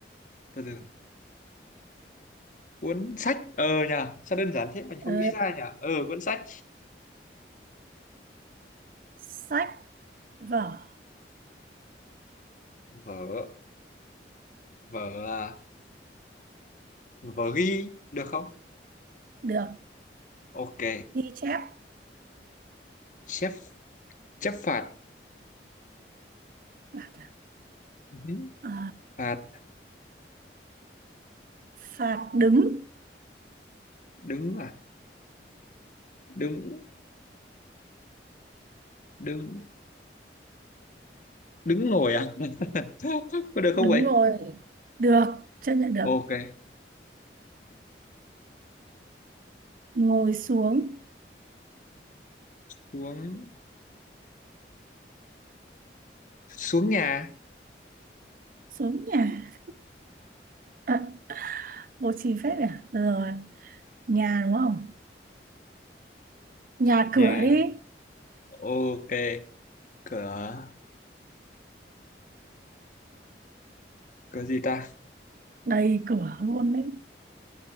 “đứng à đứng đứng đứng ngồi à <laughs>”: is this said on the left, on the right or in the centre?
Left